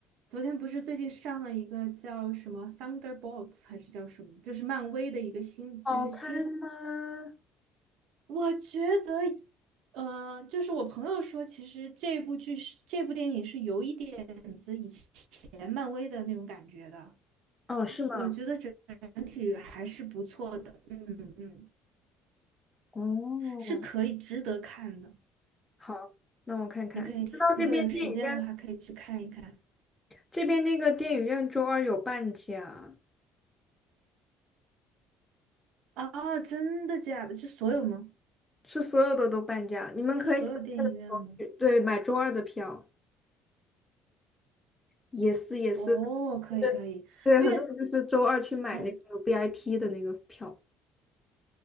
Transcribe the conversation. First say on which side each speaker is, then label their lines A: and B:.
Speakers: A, on the right; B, on the left.
A: 昨天不是最近上了一个叫什么《Thunderbolts》还是叫什么，就是漫威的一个新，就是新。
B: 好看吗？
A: 我觉得，呃，就是我朋友说，其实这部剧是这部电影是有一点子以前漫威的那种感觉的。
B: 哦，是吗？
A: 我觉得整整体还是不错的，嗯嗯，
B: 哦，
A: 是可以值得看的。
B: 好，那我看看。
A: 你可以如果有时间的话，
B: 你知道这边电影院
A: 可以去看一看。
B: 这边那个电影院周二有半价。
A: 啊！真的假的？是所有吗？
B: 是所有的都半价，你们可以周二的时候去对，
A: 是所有电影院吗？
B: 买周二的票，也是也是，
A: 哦，
B: 就是
A: 可以可以，
B: 对，对很多人就是周二去买那个
A: 因为哦
B: VIP 的那个票。